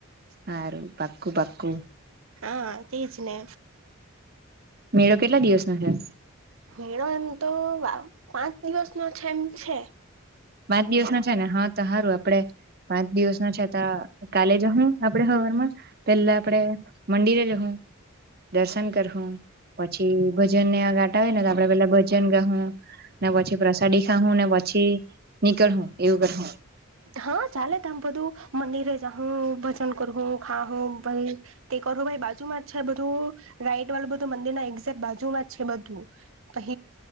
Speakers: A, on the right (about 45°); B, on the right (about 70°).
A: હારું પાક્કું પાક્કું.
B: હા એજ ને
A: મેળો કેટલા દિવસ નો હોય
B: મેળો એમ તો પાંચ દિવસનો છે એમ છે.
A: પાંચ દિવસ ના છે ને હા તો હારું આપડે. પાંચ દિવસનો તો કાલે જવું આપડે હવારમાં પેલા આપડે મંદિરે જહું દર્શન કરહું પછી ભજન નેવા ગાતા હોય ને તો આપડે પેલા ભજન ગાહું. ને પછી પ્રસાદી ખાંવુ ને પછી નીકળ હું એવું કરહું.
B: હા ચાલે તમ બધું મંદિરે જાઉં ભજન કરહું. હા હ ભાઈ તે કરો ભાઈ બાજુમાં છે બધું રાઈટ વાળું બધું મંદિર ના એક્ઝેક્ટ બાજુમાં જ છે બધું <unintelligible>